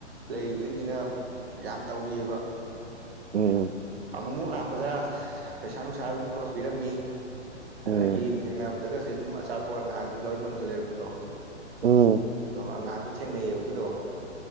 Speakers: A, on the right; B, on the right.
A: ꯂꯩꯔꯤꯕꯖꯤꯡꯖꯤꯅ ꯌꯥꯝ ꯇꯧꯕꯤꯑꯕ
B: ꯎꯝ
A: ꯑꯃꯨꯛꯃꯨꯛ ꯂꯥꯛꯄꯗ ꯄꯩꯁꯥ ꯅꯨꯡꯁꯥ ꯑꯗꯨꯝ ꯀ꯭ꯔꯣꯁ ꯄꯤꯔꯝꯃꯤ ꯑꯗꯒꯤ
B: ꯎꯝ ꯎꯝ
A: ꯊꯦꯡꯅꯕꯗꯒꯁꯨ ꯑꯗꯨꯝ ꯑꯆꯥꯄꯣꯠ ꯅꯍꯥꯟ ꯂꯧꯔꯐꯝꯗ ꯂꯩꯔꯛꯄꯗꯣ
B: ꯎꯝ
A: ꯑꯉꯥꯡꯁꯨ ꯊꯦꯡꯅꯩꯑꯕ ꯑꯗꯨꯗꯣ